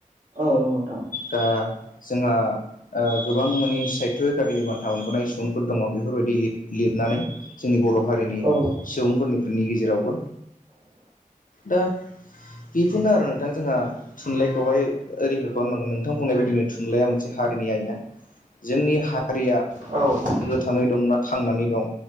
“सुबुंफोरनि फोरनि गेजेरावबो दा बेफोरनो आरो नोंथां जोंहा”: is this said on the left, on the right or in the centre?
Left